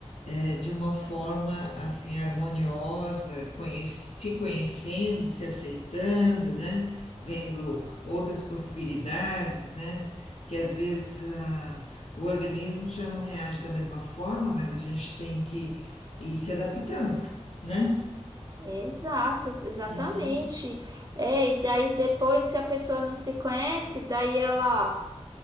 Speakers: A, on the left; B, on the right.
A: eh, de uma forma assim harmoniosa, conhe- se conhecendo, se aceitando, né? Vendo outras possibilidades, né? Que às vezes ah, o organismo já não reage da mesma forma, mas a gente tem que ir se adaptando, né?
B: Exato, ex- exatamente.
A: Uhum,
B: É, e daí depois, se a pessoa não se conhece, daí ela